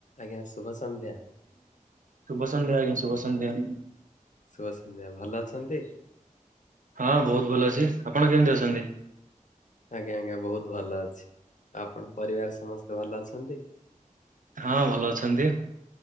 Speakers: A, on the left; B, on the right.
A: ଆଜ୍ଞା ଶୁଭ ସନ୍ଧ୍ୟା।
B: ଶୁଭସନ୍ଧ୍ୟା ଆଜ୍ଞା ଶୁଭସନ୍ଧ୍ୟା।
A: ଶୁଭ ସନ୍ଧ୍ୟା ଭଲ ଅଛନ୍ତି।
B: ହଁ, ବହୁତ ଭଲ ଅଛି ଆପଣ କେମିତି ଅଛନ୍ତି?
A: ଆଜ୍ଞା ଆଜ୍ଞା ବହୁତ ଭଲ ଅଛି ଆପଣ ପରିବାର ସମସ୍ତେ ଭଲ ଅଛନ୍ତି।
B: ହଁ, ଭଲ ଅଛନ୍ତି